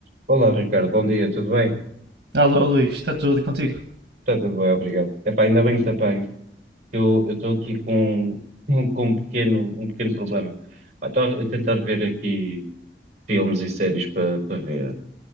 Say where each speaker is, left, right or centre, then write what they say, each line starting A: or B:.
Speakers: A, on the right (about 40°); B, on the right (about 70°).
A: Olá, Ricardo, bom dia, tudo bem?
B: Alô, Luís, está tudo e contigo?
A: Está tudo bem, obrigado. Epá, ainda bem que te apanho. Eu eu estou aqui com, um- um, com um pequeno, um pequeno problema. Pá, Estou a tentar ver aqui filmes e séries para para ver,